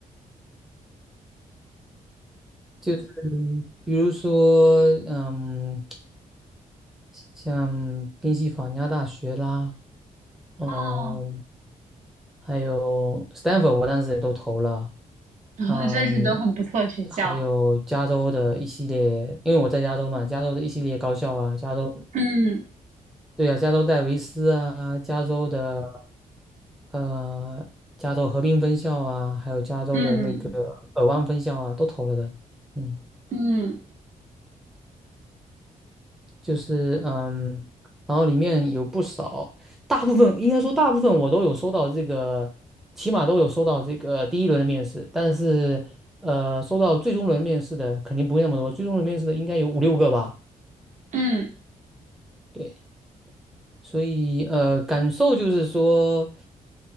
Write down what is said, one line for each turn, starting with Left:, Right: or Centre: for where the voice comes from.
Centre: 就是比如说，嗯，像宾夕法尼亚大学啦，嗯，
Right: 啊，
Centre: 还有 Stanford，我当时也都投了，
Right: 然后真是都很不错的学校。
Centre: 嗯，还有加州的一系列，因为我在加州嘛，加州的一系列高校啊，加州，
Right: 嗯
Centre: 对啊，加州戴维斯啊，加州的。呃，加州河滨分校啊，还有加州的那个尔湾分校啊，
Right: 嗯
Centre: 都投了的。嗯，
Right: 嗯
Centre: 就是嗯，然后里面有不少，大部分应该说大部分我都有收到这个，起码都有收到这个第一轮的面试，但是呃，收到最终轮面试的肯定不会那么多，最终轮面试的应该有五六个吧。
Right: 嗯，
Centre: 对，所以呃，感受就是说，